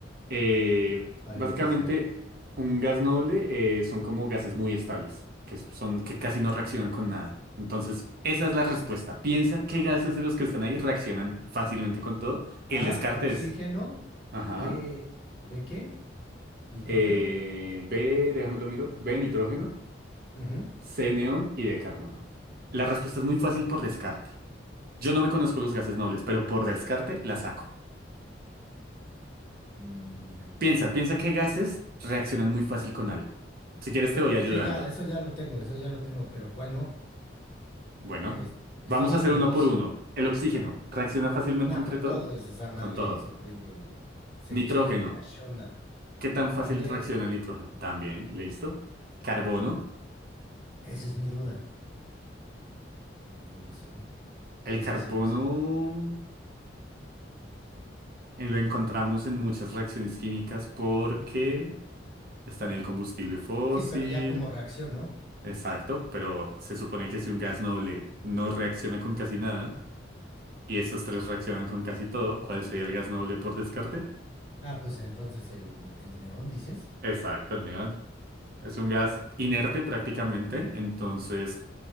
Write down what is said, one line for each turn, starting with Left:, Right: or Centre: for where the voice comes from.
Right: Eh,
Left: Para
Right: básicamente,
Left: empezar.
Right: un gas noble eh, son como gases muy estables, que son que casi no reaccionan con nada. Entonces, esa es la respuesta. Piensa qué gases de los que están ahí reaccionan fácilmente con todo y
Left: A,
Right: el descarte
Left: oxígeno.
Right: es... Ajá.
Left: B, ¿B qué? ¿Nitrógeno?
Right: eh, B, déjame lo miro, B, nitrógeno,
Left: Ujú.
Right: C, neón y D, carbono. La respuesta es muy fácil por descarte. Yo no me conozco los gases nobles, pero por descarte la saco.
Left: Mm,
Right: Piensa, piensa qué gases reaccionan muy fácil con algo. Si quieres te voy ayudando.
Left: sí, ya, eso ya lo tengo, eso ya lo tengo, pero ¿cuál no?
Right: Bueno,
Left: Es-
Right: vamos
Left: estoy
Right: a
Left: entre
Right: hacer uno
Left: dos.
Right: por uno. El oxígeno, ¿reacciona fácilmente
Left: Nah,
Right: entre
Left: con
Right: todo?
Left: todo eso, esa madre
Right: Con todo.
Left: se prende, se,
Right: Nitrógeno,
Left: se pone cachonda.
Right: ¿qué tan fácil
Left: También,
Right: reacciona el nitrógeno? También, listo. Carbono,
Left: esa es mi duda. No lo sé,
Right: el
Left: ese
Right: carbono...
Left: sí no sé.
Right: Eh, Lo encontramos en muchas reacciones químicas porque está en el combustible fósil,
Left: Sí, pero ya como reacción, ¿no?
Right: exacto, pero se supone que si un gas noble no reacciona con casi nada y estos tres reaccionan con casi todo, ¿cuál sería el gas noble por descarte?
Left: Ah, pues entonces el, el neón, dices.
Right: Exacto, el neón. Es un gas
Left: Mm.
Right: inerte prácticamente, entonces